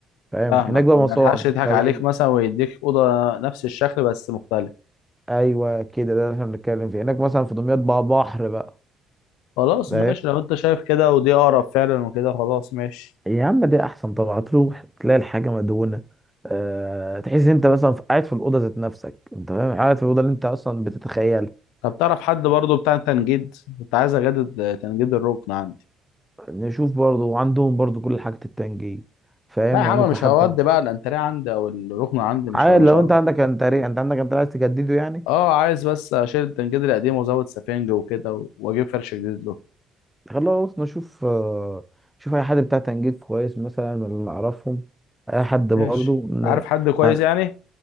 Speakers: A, in the centre; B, on the left (about 80°).
A: فاهم
B: فاهمك
A: هناك بقى
B: طب
A: مصانع
B: ما يلحقش يضحك
A: فبقى
B: عليك مثلا ويديك اوضه نفس الشكل بس مختلف
A: ايوه كده ده اللي احنا بنتكلم فيه هناك مثلا في دمياط بقى بحر بقى
B: خلاص
A: فاهم
B: ماشي لو انت شايف كده ودي اقرب فعلا وكده خلاص ماشي
A: يا عم ده احسن طبعا تروح تلاقي الحاجه مدهونه أه تحس انت مثلا في- قاعد في الاوضه ذات نفسك انت فاهم قاعد في الاوضه اللي انت اصلا بتتخيلها
B: طب تعرف حد برضو بتاع تنجيد كنت عايز اجدد تنجيد الركن عندي
A: نشوف برضو وعندهم برضو كل حاجه التنجيم فاهم
B: لا يا عم
A: يعني ممكن
B: مش
A: حتى
B: هودي بقى الانتريه عندي او الركن عندي مش
A: عادي
B: ه- مش
A: لو
B: هروح
A: انت عندك
B: عليه.
A: انتري انت عندك انت عايز تجدده يعني
B: اه عايز بس اشيل التنجيد القديم وازود سفنج وكده و- واجيب فرش جديد له
A: خلاص نشوف آه، شوف اي حد بتاع تنجيد كويس مثلا من اللي نعرفهم اي حد برضه
B: ماشي
A: ن-
B: عارف حد كويس
A: ه-
B: يعني